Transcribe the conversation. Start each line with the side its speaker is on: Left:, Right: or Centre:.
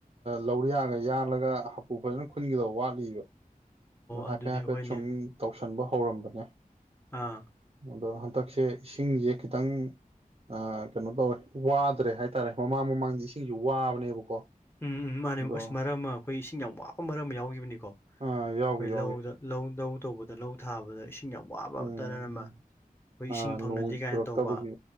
Right: ꯂꯧꯔꯤꯌꯥꯒ ꯌꯥꯜꯂꯒ ꯍꯥꯄꯨ ꯐꯖꯅ ꯈꯨꯟꯒꯗꯕ ꯋꯥꯠꯂꯤꯕ ꯑꯣ ꯍꯥꯏꯐꯦꯠ
Left: ꯑꯗꯨꯗꯤ
Right: ꯍꯥꯏꯐꯦꯠ
Left: ꯍꯣꯏꯅꯦ
Right: ꯁꯨꯝ ꯇꯧꯁꯟꯕ ꯍꯧꯔꯝꯕꯅꯦ
Left: ꯑꯥ
Right: ꯑꯗꯣ ꯍꯟꯗꯛꯁꯦ ꯏꯁꯤꯡꯁꯦ ꯈꯤꯇꯪ ꯑ ꯀꯩꯅꯣ ꯇꯧꯋꯦ ꯋꯥꯗ꯭ꯔꯦ ꯍꯥꯏꯇꯥꯔꯦ ꯃꯃꯥꯡ ꯃꯃꯥꯡꯗꯤ ꯏꯁꯤꯡꯁꯤ ꯋꯥꯕꯅꯦꯕꯀꯣ
Left: ꯎꯝ ꯎꯝ ꯃꯥꯅꯦ
Right: ꯑꯗꯣ
Left: ꯑꯁ ꯃꯔꯛ ꯑꯃ ꯑꯩꯈꯣꯏ ꯏꯁꯤꯡ ꯌꯥꯝ ꯋꯥꯕ ꯃꯔꯛ ꯑꯃ ꯌꯥꯎꯈꯤꯕꯅꯤꯀꯣ ꯑꯩꯈꯣꯏ
Right: ꯑꯥ ꯌꯥꯎꯒꯦ ꯌꯥꯎꯒꯦ
Left: ꯂꯧꯗ ꯂꯧ ꯂꯧ ꯇꯧꯕꯗ ꯂꯧ ꯊꯥꯕꯗ ꯏꯁꯤꯡ ꯌꯥꯝ ꯋꯥꯕ
Right: ꯎꯝ
Left: ꯇꯔꯟ ꯑꯃ ꯑꯩꯈꯣꯏ
Right: ꯑꯥ
Left: ꯏꯁꯤꯡ ꯐꯪꯅꯗꯦ
Right: ꯅꯣꯡ
Left: ꯀꯥꯏꯅ
Right: ꯆꯨꯔꯛꯇꯕꯒꯤ
Left: ꯇꯧꯕ